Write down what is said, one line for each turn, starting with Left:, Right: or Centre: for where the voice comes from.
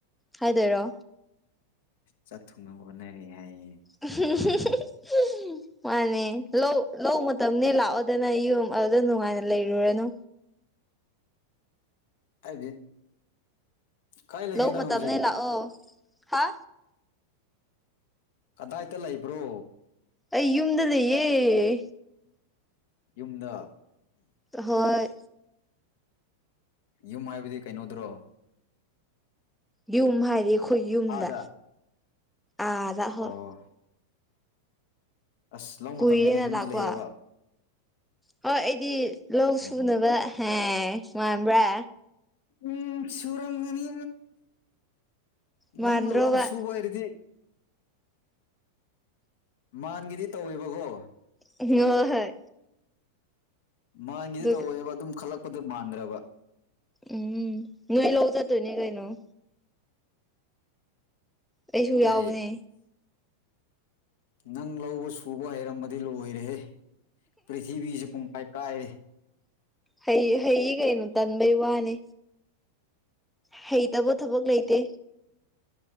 Centre: ꯍꯥꯏꯗꯣꯏꯔꯣ
Left: ꯆꯥꯛ ꯊꯨꯡꯅꯕ ꯍꯣꯠꯅꯔꯤ ꯍꯥꯏꯌꯦ
Centre: <unintelligible> ꯃꯥꯅꯦ ꯂꯧ ꯂꯧꯅꯦ ꯂꯥꯛꯑꯣꯗꯅ ꯌꯨꯝ ꯑꯗꯨꯗ ꯅꯨꯡꯉꯥꯏꯅ ꯂꯩꯔꯨꯔꯅꯨ
Left: ꯍꯥꯏꯗꯤ ꯀꯥꯏ ꯂꯩꯒꯦ
Centre: ꯂꯧ
Left: ꯅꯪ
Centre: ꯃꯇꯝꯅꯦ
Left: ꯍꯧꯖꯤꯛ
Centre: ꯂꯥꯛꯑꯣ ꯍꯥ
Left: ꯀꯗꯥꯏꯗ ꯂꯩꯕ꯭ꯔꯣ
Centre: ꯑꯩꯌꯨꯝꯗ ꯂꯩꯌꯦꯦ
Left: ꯌꯨꯝꯗ
Centre: ꯍꯣꯏ
Left: ꯌꯨꯝ ꯍꯥꯏꯕꯗꯤ ꯀꯩꯅꯣꯗ꯭ꯔꯣ
Centre: ꯌꯨꯝ ꯍꯥꯏꯗꯤ ꯑꯩꯈꯣꯏ ꯌꯨꯝꯗ
Left: ꯑꯥꯗ
Centre: ꯑꯥꯗ
Left: ꯑꯣ
Centre: ꯍꯣꯏ
Left: ꯑꯁ ꯂ
Centre: ꯀꯨꯏꯔꯦꯅ
Left: ꯃꯇꯝꯅꯤꯅ ꯌꯨꯝꯗ
Centre: ꯂꯥꯛꯄ
Left: ꯂꯩꯌꯦꯕ
Centre: ꯍꯣꯏ ꯑꯩꯗꯤ ꯂꯧ
Left: ꯑꯣ
Centre: ꯁꯨꯅꯕ ꯍ ꯉꯥꯟꯕ꯭ꯔꯥ
Left: ꯎꯝ ꯆꯨꯔꯝꯒꯅꯤ
Centre: ꯃꯥꯟꯗ꯭ꯔꯣꯕ
Left: ꯅꯪꯅ ꯂꯧ ꯁꯨꯕ ꯍꯥꯏꯔꯗꯤ ꯃꯥꯟꯒꯤꯗꯤ ꯇꯧꯋꯦꯕꯀꯣ
Centre: ꯍ ꯍꯣꯏ
Left: ꯃꯥꯥꯟꯒꯤꯗꯤ
Centre: ꯑꯗꯨ
Left: ꯇꯧꯋꯦꯕ ꯑꯗꯨꯝ ꯈꯜꯂꯛꯄꯗ ꯃꯥꯟꯗ꯭ꯔꯕ
Centre: ꯎꯝ ꯅꯣꯏ ꯂꯧꯕ ꯆ ꯇꯣꯏꯅꯤ ꯀꯥꯏ ꯅꯣꯏ ꯑꯩꯁꯨ
Left: ꯍ
Centre: ꯌꯥꯎꯕꯅꯦ
Left: ꯅꯪ ꯂꯧꯕ ꯁꯨꯕ ꯍꯩꯔꯃꯗꯤ ꯂꯣꯏꯔꯦꯍꯦ ꯄ꯭ꯔꯤꯊꯤꯕꯤꯁꯤꯦ ꯄꯨꯡꯄꯥꯏ ꯀꯥꯏꯔꯦ
Centre: ꯍꯩ ꯍꯩꯒꯩꯅꯨ ꯇꯟꯕꯩ ꯋꯥꯅꯦ ꯍꯩꯇꯕꯨꯣ ꯊꯕꯛ ꯂꯩꯇꯦ